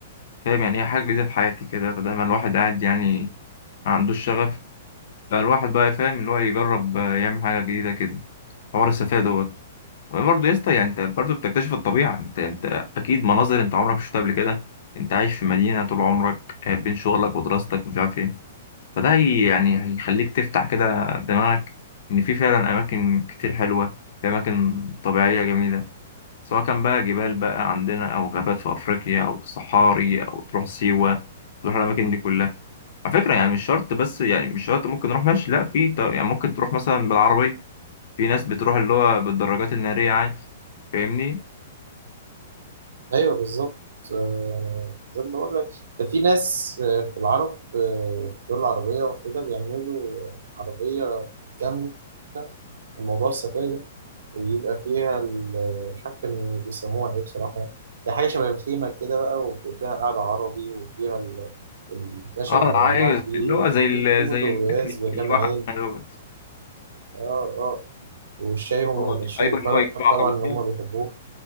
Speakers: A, on the left; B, on the right.
A: فاهم يعني هي حاجة جديدة في حياتي كده فده ما الواحد قاعد يعني ما عندوش شغف فالواحد بقى فاهم اللي هو يجرب آه، يعمل حاجة جديدة كده حوار السفاهة دوت برضه يا اسطى يعني انت برضه بتكتشف الطبيعة انت انت اكيد مناظر انت عمرك ما شفتها قبل كده انت عايش في مدينة طول عمرك آه، بين شغلك ودراستك ومش عارف ايه فده هي يعني هيخليك تفتح كده دماغك ان في فعلا اماكن كتير حلوة في اماكن طبيعية جميلة سواء كان بقى جبال بقى عندنا او غابات في افريقيا او صحاري او تروح سيوة تروح الاماكن دي كلها على فكرة يعني مش شرط بس يعني مش شرط ممكن نروح ماشي لا في ط- يعني ممكن تروح مثلا بالعربية في ناس بتروح اللي هو بالدراجات النارية عادي فاهمني
B: أيوه بالظبط آه، زي ما بقول لك ده في ناس آه، في العرب آه، في الدول العربية وكده بيعملوا عربية كاملة موضوع السفاري ده ويبقى فيها ال- مش عارف كانوا بيسموها ايه بصراحة هي حاجة شبه الخيمة كده بقى وفيها قعدة عربي وفيها ال- الخشب
A: اه
B: اللي
A: عايز
B: يولعوا فيه
A: اللي هو
B: وفي
A: زي ال...
B: في بوتاجاز
A: زي الميكانيك
B: بكام
A: اللي واقع
B: عين
A: دوت
B: اه اه والشاي هم
A: اللي هو
B: الشاي
A: ايوه
B: الكرك
A: اللي هو يجيب
B: طبعا
A: عربية
B: اللي هم بيحبوه